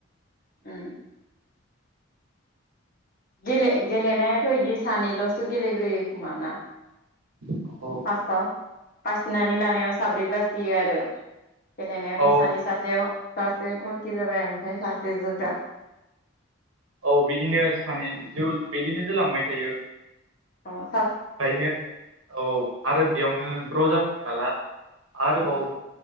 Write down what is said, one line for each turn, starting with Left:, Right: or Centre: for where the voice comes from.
Left: <unintelligible> गेले गेलेनायाथ' बिदि सानैल'सो गेलेग्रोयो। खोमा ना
Right: आरो
Left: फार्स्टआव बासिनानै लानायाव साब्रै बासियो आरो गेलेनायावथ'
Right: औ
Left: सानै सासे सासे गलखि जाबाय ओमफ्राय सासे जोग्रा
Right: औ बिदिनो सानै बिदिनो जोलांबाय थायो।
Left: अह
Right: ओंखायनो औ आरो बेयावनो द्र' जाफिनबोला आरोबाव
Left: अ